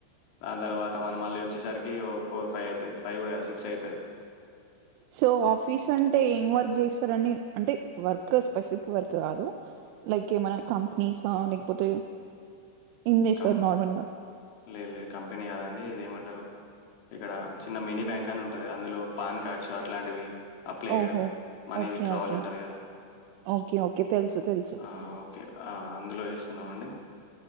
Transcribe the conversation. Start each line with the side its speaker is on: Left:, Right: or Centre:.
Left: దాని తర్వాత మనం మళ్ళీ వచ్చేసరికి ఓ ఫోర్ ఫైవ్ అవుతుంది ఫైవ్ కూడా సిక్స్ అవుతుంది
Right: సో ఆఫీస్ అంటే ఏం వర్క్ చేస్తారండి అంటే వర్క్ ఇ స్పెసిఫిక్ వర్క్ కాదు లైక్ ఏమై కంపెనీస్ లేకపోతే ఏం చేస్తారు
Left: కం
Right: నార్మల్ గా
Left: లేదు లేదు కంపెనీ కాదండి ఇది ఏమంటారు ఇక్కడ చిన్న మినీ బ్యాంక్ అని ఉం అందులో పాన్ కార్డ్స్ అట్లాంటివి అప్ల చేయడం
Right: ఓహో
Left: మనీ
Right: ఓకే
Left: విత్‌డ్రావల్
Right: ఓకే
Left: ఉంటంది కదా
Right: ఓకే ఓకే తెలుసు తెలుసు
Left: ఆహ్ ఓకే అందులో చేస్తున్నామండి